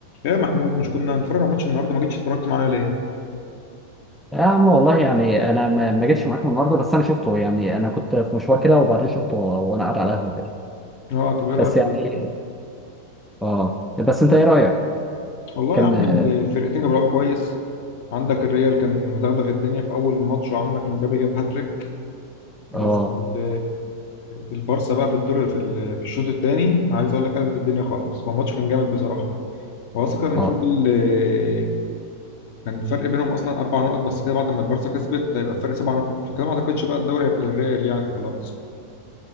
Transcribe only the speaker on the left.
ايه يا محمود مش كنا هنتفرج على ماتش النهارده ما جيتش اتفرجت معايا ليه؟
اه طب ايه رايك
فيه؟
والله
يا عم
الفرقتين كانوا بيلعبوا كويس عندك الريال كان مدغدغ الدنيا في اول الماتش وعمك امبابي جاب هاتريك بس
ال- البارسا بقى في الدور في ال- في الشوط الثاني عايز اقول لك قلبت الدنيا خالص هو الماتش كان جامد بصراحه هو اصلا كان المفروض
ال- كان الفرق بينهم اصلا اربع نقط بس كده بعد ما البارسا كسبت هيبقى الفرق سبع نقط فكده ما اعتقدش بقى الدوري هيبقى للريال يعني خلاص